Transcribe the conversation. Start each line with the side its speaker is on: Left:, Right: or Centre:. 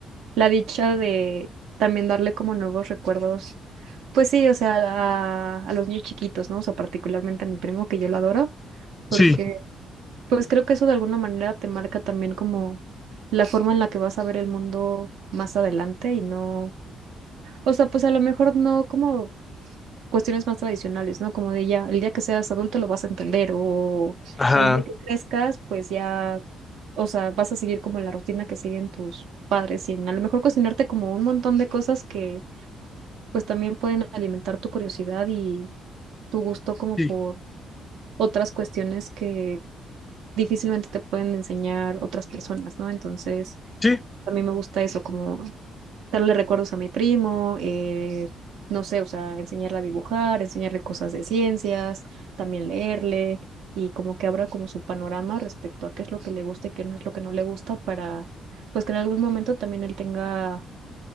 Right: la dicha de también darle como nuevos recuerdos. Pues sí, o sea, a, a los niños chiquitos, ¿no? O sea, particularmente a mi primo, que yo lo adoro, porque
Left: Sí,
Right: pues creo que eso de alguna manera te marca también como la forma en la que vas a ver el mundo más adelante y no, o sea, pues a lo mejor no como cuestiones más tradicionales, ¿no? Como de ya, el día que seas adulto lo vas a entender o
Left: ajá,
Right: el día que crezcas, pues ya, o sea, vas a seguir como la rutina que siguen tus padres y a lo mejor cuestionarte como un montón de cosas que pues también pueden alimentar tu curiosidad y tu gusto como
Left: Sí,
Right: por otras cuestiones que difícilmente te pueden enseñar otras personas, ¿no? Entonces,
Left: sí,
Right: a mí me gusta eso, como darle recuerdos a mi primo, eh, no sé, o sea, enseñarle a dibujar, enseñarle cosas de ciencias, también leerle y como que abra como su panorama respecto a qué es lo que le gusta y qué no es lo que no le gusta para, pues que en algún momento también él tenga,